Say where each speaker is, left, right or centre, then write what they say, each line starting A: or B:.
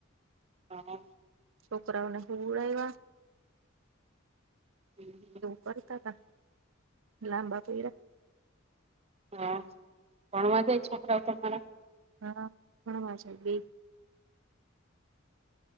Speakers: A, on the right; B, on the right.
A: હા.
B: છોકરાઓને હુંવડાયવા
A: હમ,
B: પર હતા લાંબા પૈડા.
A: હા ભણવા જાય છોકરાઓ તમારા?
B: હા ભણવા જાય બે.